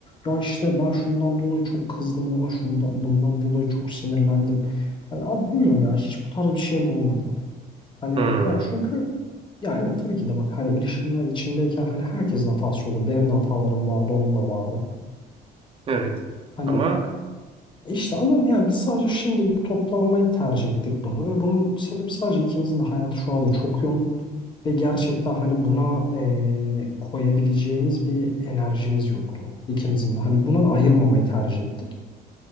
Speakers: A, on the left (about 30°); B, on the right (about 35°).
A: ya işte ben şundan dolayı çok kızdım ona şundan bundan dolayı çok sinirlendim. Hani abi bilmiyorum ya hiç bu tarz bir şeyim olmadı. Hani
B: Hmm,
A: ya çünkü ya evet tabii ki de bak hani ilişkiler içindeyken hani herkesin hatası olur. Benim de hatalarım vardı, onun da vardı.
B: evet.
A: Hani
B: Ama
A: işte ama yani biz sadece şimdilik toplamamayı tercih ettik bunu ve bunun sebebi sadece ikimizin de hayatı şu anda çok yoğun ve gerçekten hani buna eee, koyabileceğimiz bir enerjimiz yoktu ikimizin de. Hani buna ayırmamayı tercih ettik.